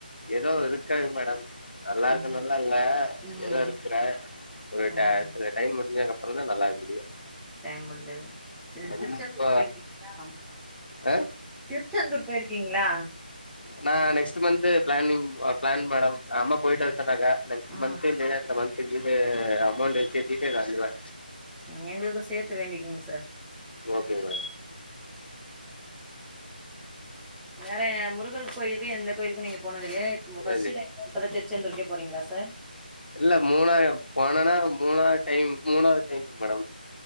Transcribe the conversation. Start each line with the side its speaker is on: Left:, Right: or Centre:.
Left: ஏதோ இருக்காங்க மேடம் நல்லா இருக்கு
Centre: ம்
Left: நல்லா இல்ல
Centre: ம்
Left: ஏதோ இருக்குறேன் ஒரு
Centre: ம்
Left: டைம் புடிஞ்சங்க அப்புறம் தா நல்லா இருக்க முடியும்
Centre: டைம் முடிஞ்சது திருச்செந்தூர்
Left: ரொம்ப
Centre: போயிருக்கீங்களா
Left: ஆ
Centre: திருச்செந்தூர் போயிருக்கீங்களா அஹ
Left: நா next month planning plan madam அஹா அம்மா போயிட்டு தடக நெக்ஸ்ட்
Centre: ம்
Left: மந்து இல்லினா இந்த மந் திகிதே அமௌண்ட் சேத்திட்டே வந்துருவ
Centre: உம் எங்குளுக்கு சேத்து வேண்டிக்கோங்க சார்
Left: ஓக்கேங்க
Centre: வேற முருகர் கோயிலுக்கு எந்த கோயிலுக்கு நீங்க போனதுலியா இப்ப ஃபர்ஸ்ட்டு
Left: சரி
Centre: டைமு பாப்பதுக்கு ச்சந்தூருக்கே போறீங்களா சார்
Left: இல்ல மூணாயிறம் போனனா மூணாவது டைம் மூணாவது டைமு மேடம்